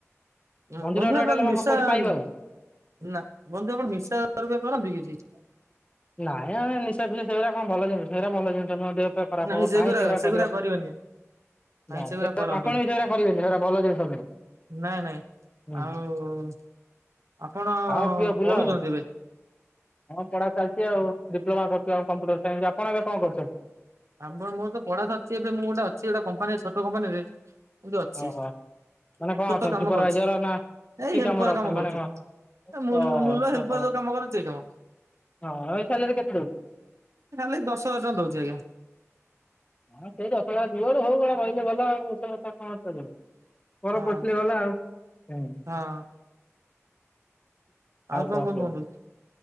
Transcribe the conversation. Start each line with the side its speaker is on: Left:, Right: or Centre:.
Right: ହଁ,
Left: ମନ୍ଦିର
Right: ବନ୍ଧୁ
Left: ଅରୁଆ
Right: ଆପଣ
Left: ଡାଲମା
Right: ନିଶା
Left: କଣ କୋଉଠି ପାଇବା
Right: ନା
Left: ଆଉ।
Right: ବନ୍ଧୁ ଆପଣ ନିଶା <unintelligible> କରନ୍ତି କିଛି?
Left: ନାଇଁ ଆମେ ନିଶା ଫିସା ସେଇଗୁଡା କଣ ଭଲ ଜିନିଷ? ସେଇରା ଭଲ ଜିନିଷ ନୁହଁ, ଦେହପେହ ଖରାପ
Right: ନାଇଁ
Left: ହବ
Right: ସେଗୁରା
Left: କାଇଁ ସେଇଗୁରା
Right: ସେଗୁରା
Left: କରିବା।
Right: କରିବେନି ନାଇଁ
Left: ନା
Right: ସେଗୁରା
Left: ସେଇଟା
Right: କରନ୍ତୁନି।
Left: ଆପଣ ବି ସେଇରା କରିବେନି ସେଉରା ଭଲ ଜିନିଷ ନୁହଁ।
Right: ନାଇଁ ନାଇଁ
Left: ହୁଁ
Right: ଆଉ ଆପଣ
Left: ଖାଅ ପିଅ ବୁଲ
Right: ପଢୁଚନ୍ତି
Left: ଆଉ
Right: ଏବେ?
Left: ହଁ ପଢା ଚାଲିଚି ଆଉ ଡିପ୍ଲୋମା କରୁଚୁ ଆମେ କମ୍ପ୍ୟୁଟର ସାଇନ୍ସ। ଆପଣ ଏବେ କଣ କରୁଚନ୍ତି?
Right: ଆ ମୋର ତ ପଢା ସରିଛି ଏବେ ମୁଁ ଗୋଟେ ଅଛି ଗୋଟେ କମ୍ପାନୀରେ ଛୋଟ କମ୍ପାନୀ ରେ ଏମତି ଅଛି।
Left: ଓହୋ
Right: ଛୋଟ
Left: ମାନେ କଣ ଅଛନ୍ତି
Right: କାମ
Left: ସୁପରଭାଇଜର
Right: କରୁଛି
Left: ନା
Right: ଏଇ
Left: କି
Right: ହେଲପର
Left: କାମରେ ଅଛନ୍ତି
Right: କାମ
Left: ମାନେ
Right: କରୁଚୁ।
Left: କଣ
Right: ଏ ମୁଲ
Left: ଓହୋ
Right: ମୁଲ ହେଲ୍ପର ଯୋଉ କାମ କରନ୍ତି ସେଇ କାମ।
Left: ହଁ ଏଇ ସାଲେରି କେତେ ଦଉଚି?
Right: ଏ ସେଲିି ଦଶ ହଜାର ଦଉଚି ଆଜ୍ଞା।
Left: ହଁ ସେଇ ଦଶ ହଜାର ପିଲୋଡ ହଉ ଆ ରହିଲେ ଗଲା ଆଉ <unintelligible> ପର
Right: ହଁ।
Left: ପଶିଗଲା ଆଉ ହୁଁ।
Right: ହଁ ଆଉ
Left: କଣ
Right: କଁ ବନ୍
Left: କୁହ?
Right: କୁହନ୍ତୁ?